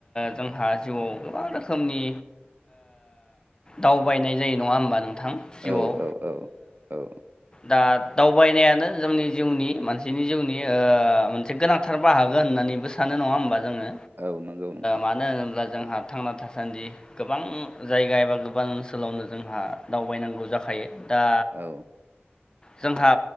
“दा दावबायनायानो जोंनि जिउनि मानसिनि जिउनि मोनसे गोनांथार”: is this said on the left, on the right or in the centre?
Left